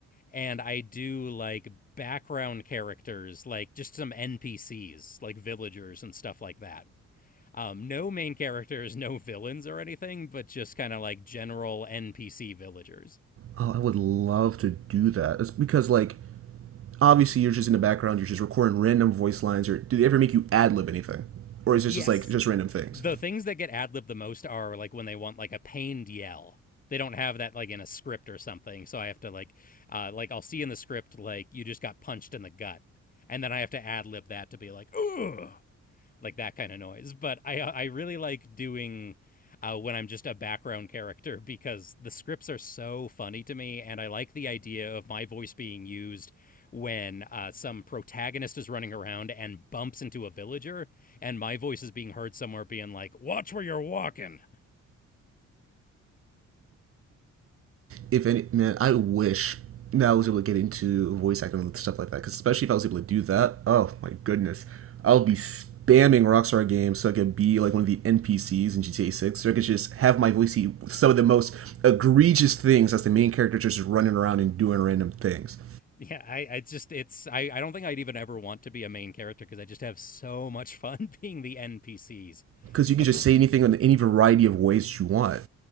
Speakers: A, on the left; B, on the right.
A: and I do like background characters, like just some NPCs, like villagers and stuff like that. Um, no main characters, <laughs> no villains or anything, but just kind of like general NPC villagers.
B: Oh, I would love to do that. It's because like Obviously, you're just in the background. You're just recording random voice lines. Or do they ever make you ad lib anything, or is
A: Yes.
B: it just like just random things?
A: the things that get ad libbed the most are like when they want like a pained yell. They don't have that like in a script or something. So I have to like, uh, like I'll see in the script like you just got punched in the gut, and then I have to ad lib that to be like, ugh like that kind of noise. But I I really like doing uh, when I'm just a background character because the scripts are so funny to me, and I like the idea of my voice being used when uh, some protagonist is running around and bumps into a villager, and my voice is being heard somewhere being like, "Watch where you're walking."
B: If any, man, I wish that I was able to get into voice acting and stuff like that. Because especially if I was able to do that, oh my goodness, I'll be spamming Rockstar Games so I could be like one of the NPCs in GTA 6. So I could just have my voice see some of the most egregious things as the main character just running around and doing random things.
A: Yeah, I, I just it's I, I don't think I'd even ever want to be a main character because I just have so much <laughs> fun being the NPCs
B: Because you can
A: of
B: just say anything in any variety of ways you want.